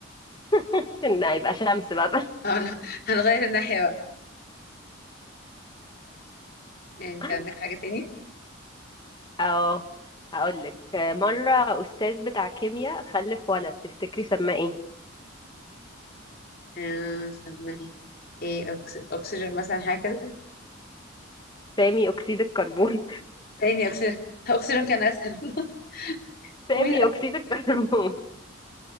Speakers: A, on the left; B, on the left.
A: <laughs> ان هيبقى شمس بقى
B: <laughs> اه لا هنغير الناحية بقى يعني انت
A: <laughs>
B: عندك حاجة تاني؟
A: اه هقول لك مرة استاذ بتاع كيمياء خلف ولد تفتكري سماه ايه
B: آه سمى ايه؟ ايه أكس... اكسجين مثلا حاجة كده
A: سامي اكسيد الكربون
B: تاني اكسجين اكسجين كان اسهل <laughs>
A: <laughs>
B: كويس
A: سامي اكسيد الكربون